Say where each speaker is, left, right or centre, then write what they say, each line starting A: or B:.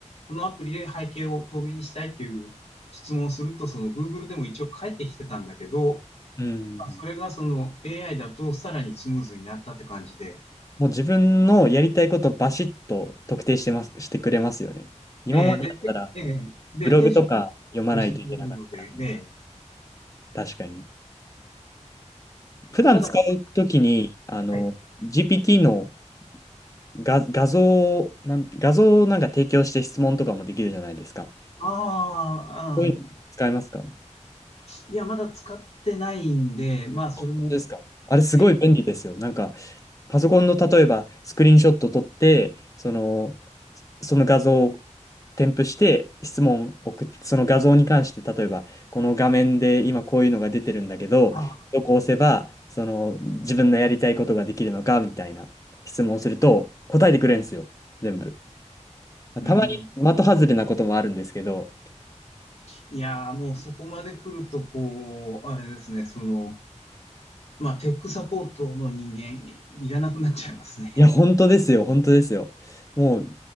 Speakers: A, on the left (about 60°); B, on the left (about 25°).
A: このアプリで背景を透明にしたいという質問をすると、その Google でも一応返ってきてたんだけど、
B: うん。
A: まあそれがその AI だとさらにスムーズになったって感じで、
B: もう自分のやりたいことバシッと特定してます、してくれますよね。今までだったら、
A: えーで、てえーで、
B: ブログとか読まないといけなかったんで
A: 手順を説明してくれるので、えー
B: 確かに。普段使うときに、
A: ただ、
B: あの、
A: はい。
B: GPT の画、画像を、なん画像をなんか提供して質問とかもできるじゃないですか。
A: あーあー、
B: そういうの使いますか本
A: いや、まだ使ってないんで、まあ、それも、
B: 当ですかあれすごい便利ですよ。
A: ね、
B: なんか、パソコンの例えばスクリーンショット撮って、その、その画像を添付して質問を送って、その画像に関して例えば、この画面で今こういうのが出てるんだけど、
A: あ、
B: どこ押せば、その自分のやりたいことができるのかみたいな質問をすると答えてくれるんですよ、全部。
A: うん。
B: たまに的外れなこともあるんですけど、
A: いやー、もうそこまで来ると、こう、あれですね、その、まあ、テックサポートの人間、いらなくなっちゃいますね。
B: いや、本当ですよ、本当ですよ。もう